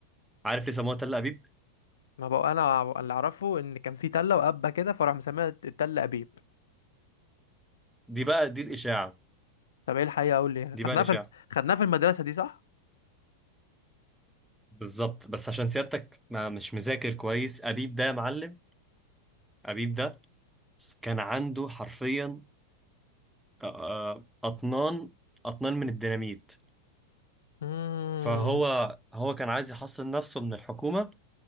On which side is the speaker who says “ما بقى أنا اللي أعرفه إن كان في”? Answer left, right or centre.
Left